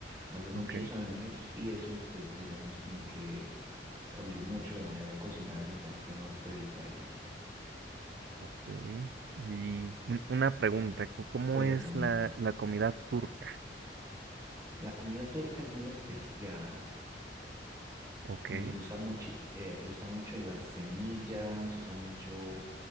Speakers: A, on the right; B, on the right.
A: hace muchos
B: ok.
A: años y eso, pues, digamos, como que cambió mucho la manera de cocinar en la parte norte del país.
B: Ok. Y un- una pregunta,
A: Y
B: ¿cómo cómo
A: cuéntame,
B: es la, la comida turca?
A: la comida turca es muy especial.
B: Ok.
A: y usa mucho, usa mucho las semillas, usa mucho,